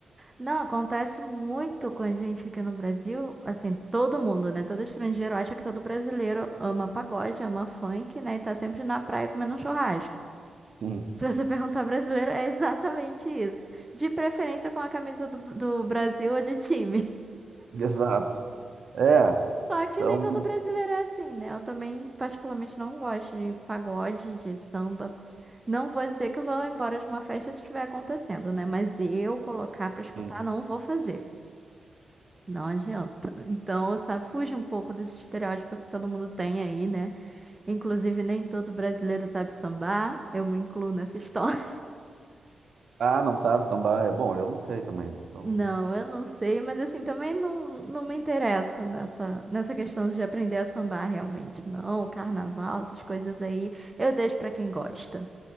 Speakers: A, on the right; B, on the right.
A: Não, acontece muito com a gente aqui no Brasil, assim, todo mundo, né? Todo estrangeiro acha que todo brasileiro ama pagode, ama funk, né? E tá sempre na praia comendo um churrasco.
B: Sim,
A: Se você <laughs> perguntar brasileiro, é exatamente isso. De preferência com a camisa do, do Brasil ou de time.
B: <laughs> exato. É,
A: <laughs> Só que
B: então,
A: nem todo brasileiro é assim, né? Eu também, particularmente, não gosto de pagode, de samba. Não vou dizer que eu vou embora de uma festa se estiver acontecendo, né? Mas eu colocar pra escutar,
B: sim.
A: não vou fazer. Não adianta. Então, sabe, fuja um pouco desse estereótipo que todo mundo tem aí, né? Inclusive, nem todo brasileiro sabe sambar. Eu me incluo nessa história.
B: Ah, não sabe sambar? É, bom, eu não sei também. né?
A: <laughs>
B: Então,
A: Não, eu não sei, mas assim, também não, não me interesso nessa, nessa questão de aprender a sambar realmente, não. Carnaval, essas coisas aí, eu deixo pra quem gosta.